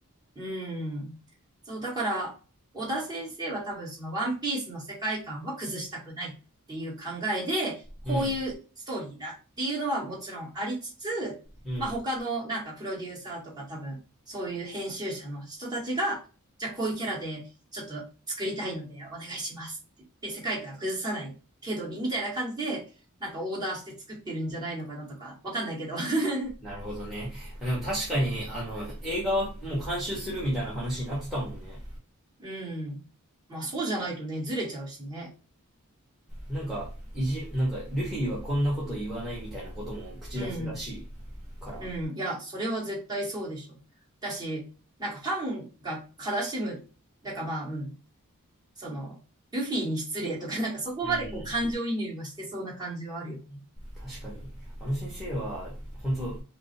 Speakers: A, on the right; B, in the centre.
A: うん。そう、だから、小田先生は多分そのワンピースの世界観は崩したくないっていう考えで、こういうストーリーだっていうのはもちろんありつつ、
B: うん、うん。
A: まあ他のなんかプロデューサーとか多分そういう編集者の人たちが、じゃあこういうキャラでちょっと作りたいのでお願いしますって言って世界観を崩さない程度にみたいな感じで、なんかオーダーして作ってるんじゃないのかなとか、わかんないけど。<laughs>
B: なるほどね。でも確かに、あの、映画はもう監修するみたいな話になってたもんね。
A: うん。まあそうじゃないとね、ずれちゃうしね。
B: なんか、いじなんか、ルフィはこんなこと言わないみたいなことも口出すらしい
A: うん。
B: から。
A: うん、いや、それは絶対そうでしょ。だし、なんかファンが悲しむ、だからまあ、うん、その、ルフィに失礼とか、なんかそこまでこう感情移入はしてそうな感じはあるよね。
B: うん。確かに。あの先生は、本当